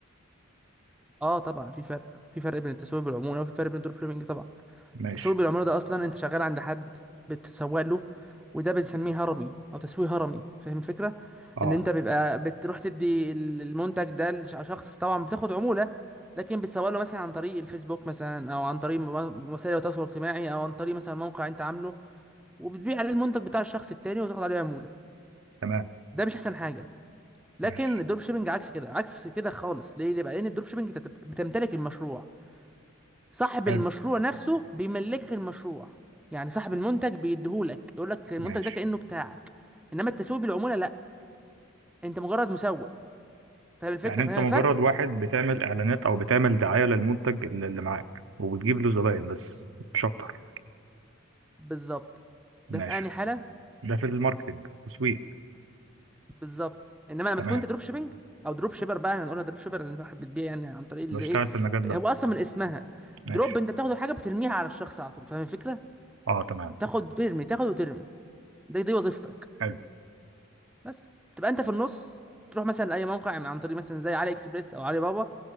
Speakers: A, in the centre; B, on the right.
A: اه طبعا في فرق في فرق بين التسويق بالعمولة وفي فرق بين الدروب شيبنج طبعا
B: ماشي
A: تسويق بالعمولة ده أصلا أنت شغال عند حد بتسوق له وده بنسميه هرمي أو تسويق هرمي فاهم الفكرة؟
B: اه
A: إن أنت بيبقى بتروح تدي ال- المنتج ده لشخص طبعا بتاخد عمولة لكن بتسوق له مثلا عن طريق الفيسبوك مثلا أو عن طريق م- وسائل التواصل الاجتماعي أو عن طريق مثلا موقع أنت عامله وبتبيع عليه المنتج بتاع الشخص التاني وتاخد عليه عمولة
B: تمام
A: ده مش أحسن حاجة لكن
B: ماشي
A: الدروب شيبنج عكس كده عكس كده خالص ليه؟ ليه بقى؟ لأن الدروب شيبنج أنت بت- بتمتلك المشروع صاحب
B: حلو
A: المشروع نفسه بيملكك المشروع يعني صاحب المنتج بيديهولك يقول لك المنتج
B: ماشي
A: ده كأنه بتاعك انما التسويق بالعمولة لا انت مجرد مسوق فاهم الفكرة
B: يعني
A: فاهم
B: انت مجرد
A: الفرق
B: واحد بتعمل اعلانات او بتعمل دعاية للمنتج اللي اللي معاك وبتجيب له زباين بس مش اكتر
A: بالظبط ده
B: ماشي
A: في انهي حالة
B: ده في الماركتينج تسويق
A: بالظبط انما لما
B: تمام
A: تكون انت دروب شيبنج او دروب شيبر بقى احنا هنقولها دروب شيبر اللي انت حابب تبيع يعني عن طريق اللي
B: بشتغل
A: ايه
B: في المجال
A: ب-
B: ده
A: هو اصلا من اسمها
B: ماشي
A: دروب انت بتاخد الحاجة بترميها على الشخص على طول فاهم الفكرة
B: اه تمام
A: تاخد وترمي تاخد وترمي دي دي وظيفتك
B: حلو
A: بس تبقى انت في النص تروح مثلا لاي موقع عن طريق مثلا زي علي اكسبريس او علي بابا